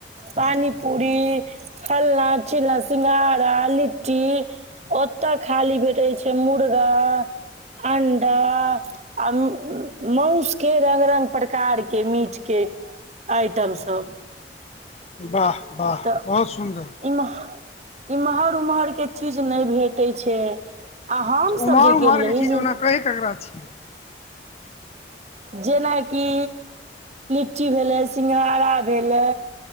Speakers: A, on the right; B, on the left.
A: पानीपूरी, फलना-चिलना, सिंघाारा, लि ट्टी ओत्त खाली भेटै छै मुर्गा, चि अण्डा आ म् मौस के रंग-रंग प्रकार के मीट के आइटम सब।
B: बाह-बाह
A: तऽ
B: बहुत-सुन्दर।
A: इम्ह इम्हर-उम्हर के चीज नै भेटै छै। आ हम सब
B: उम्हर
A: जे
B: उम्हर
A: गेल रही
B: के चीज
A: से
B: ओना कहै ककरा छियै?
A: जेनाकि लिट्टी भेलै, सिंघारा भेलै